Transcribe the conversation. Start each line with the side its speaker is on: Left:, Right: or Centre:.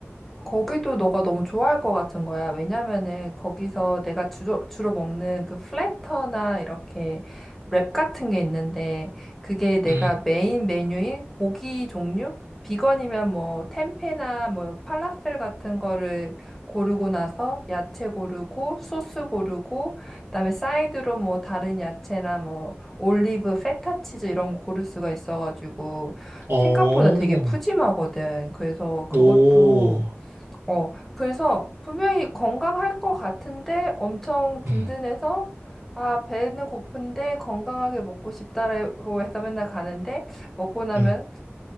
Centre: 거기도 너가 너무 좋아할 것 같은 거야. 왜냐면은 거기서 내가 주로, 주로 먹는 그 플래터나 이렇게 랩 같은 게 있는데 그게 내가
Right: 음,
Centre: 메인 메뉴인 고기 종류? 비건이면 뭐 템페나 뭐 팔라펠 같은 거를 고르고 나서 야채 고르고 소스 고르고 그다음에 사이드로 뭐 다른 야채나 뭐 올리브, 페타 치즈 이런 거 고를 수가 있어가지고
Right: 어,
Centre: 생각보다 되게 푸짐하거든. 그래서 그것도
Right: 오,
Centre: 어, 그래서 분명히 건강할 것 같은데 엄청 든든해서
Right: 음,
Centre: 아, 배는 고픈데 건강하게 먹고 싶다라고 해서 맨날 가는데 먹고 나면
Right: 음.